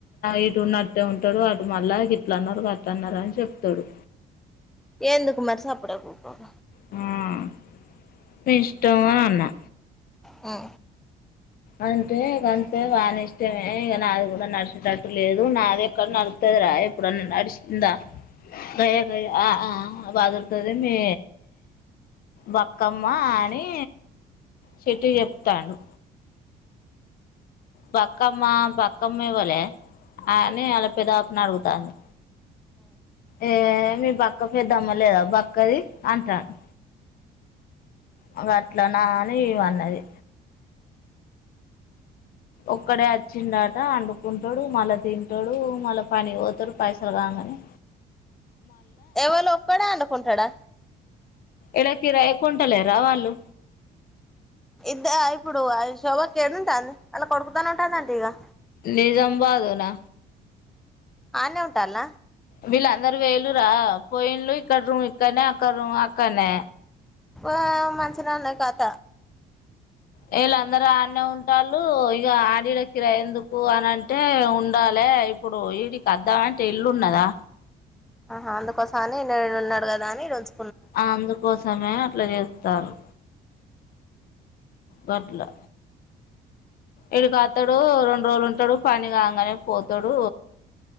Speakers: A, on the left (about 60°); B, in the centre.
A: ఇటు ఉన్నట్టే ఉంటాడు అటు మల్ల గిట్ల అన్నారు గా ఇట్లా అన్నారు అని చెప్తాడు
B: ఏందుకు మరి సప్పుడేకా ఉకోక
A: హు అయితే ఇష్టం అని అన్నా
B: హు
A: అంటే గంతే వాని ఇష్టమే ఇగా నాది కూడా నడిచేటట్టు లేదు నాది ఎక్కడ నడుతదిరా ఎప్పుడన్నా నడిచి ఉందా గయ్యగయ్య ఆ ఆ బదురుతది మీ బక్కమ్మ అని చిట్టికి చెప్తాండు బక్కమ్మ బక్కమ్మ ఇవ్వలే అని అలా పెదాకుని అడుగుతాంది ఏ బక్క పెద్ద అమ్మలేదా బక్కది అంటాడు అగు అట్ల నా అని ఇవన్నది ఒక్కడే వచ్చిండట వండుకుంటాడు మళ్ళా తింటాడు మళ్ళా పని పోతాడు పైసలు కాంగానే
B: ఎవళ ఒక్కడే అండుకుంటాడా
A: ఎళకిరా ఎకుంటల రా వాళ్ళు
B: ఇద్ద ఇప్పుడు శోభ ఏడు ఉంటుంది అలా కొడుకుతానే ఉంటుందింటడి ఇక
A: నిజాబాద్నా
B: ఆనే ఉంటాల
A: విలాంత అందరు వేలు రా పోయిలు ఇక్కడ ఇక్కనేక్క అక్కనే
B: ఆ మంచిినన్నా కాత
A: వీళ్ళందరూ ఆన్న ఉంటళ ఇక ఆడల కిరా ఎందుకు అనింట అంటే ఉండాలి ఇప్పుడు వడికిద్ద అంటే ఇల్లున్నదా
B: ఆహ అందుకోసం అని ఉన్నాడు కదా అని రోజు
A: ఆ అందుకోసమే అట్లా చేస్తారు బట్లా ఎడి కాతాడు రెండు రోజులు ఉంటాడు పని కాగానే పోతాడు